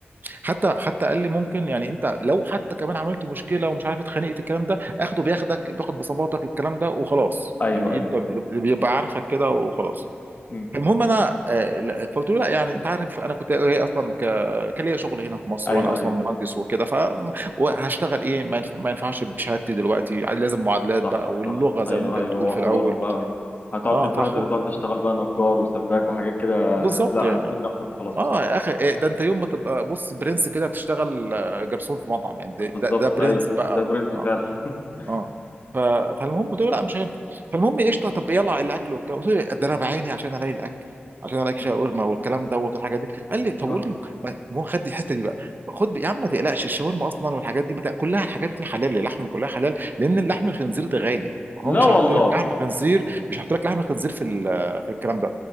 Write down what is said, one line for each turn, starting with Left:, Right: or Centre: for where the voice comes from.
Right: حتى حتى قال لي ممكن يعني انت لو حتى كمان عملت مشكله ومش عارف اتخانقت الكلام ده اخده بياخدك بياخد بصماتك الكلام ده وخلاص
Left: ايوه
Right: يعني
Left: ايوه
Right: انت بيبقى عارفك كده وخلاص
Left: امم
Right: المهم انا آه، لا، فقلت له لا يعني انت عارف انا كنت جاي اصلا ك... كان ليا شغل هنا في مصر
Left: ايوه
Right: وانا اصلا
Left: ايوه
Right: مهندس وكده فهشتغل ايه ما ينف- ما ينفعش بشهادتي دلوقتي لازم معادلات
Left: صح
Right: بقى واللغه
Left: صح
Right: زي
Left: ايوه
Right: ما انت بتقول
Left: ايوه هو
Right: في
Left: حوار
Right: الاول
Left: بقى هتقعد
Right: اه
Left: تتبهدل
Right: فحو
Left: وتقعد تشتغل بقى نجار وسباك وحاجات كده
Right: بالظبط
Left: لا
Right: يعني
Left: هتهين نفسك وخلاص
Right: اه
Left: بصراحة
Right: يا اخي إيه ده انت يوم ما تبقى بص برنس كده تشتغل آه، جرسون في مطعم يعني ده
Left: لا، بالظبط
Right: ده, ده برنس
Left: ايوه
Right: بقى
Left: ده برنس
Right: اه
Left: فعلا <laughs>
Right: اه ف- فالمهم قلت له لا مش هينفع فالمهم إيه، قشطه طب يلا الاكل وبتاع قلت له إيه، ده انا بعيني عشان الاقي الاكل عشان الاقي
Left: مم.
Right: شاورما والكلام دوت والحاجات دي قال لي طب
Left: ايوه
Right: قول لي ما ما هو خد دي الحته دي بقى خد يا عم ما تقلقش الشاورما اصلا والحاجات دي ما تق- كلها الحاجات دي حلال اللحم كلها حلال لان اللحم الخنزير ده غالي هو
Left: لا
Right: مش
Left: والله
Right: هيحط لك لحم خنزير مش هيحط لك لحم خنزير في ال- في الكلام ده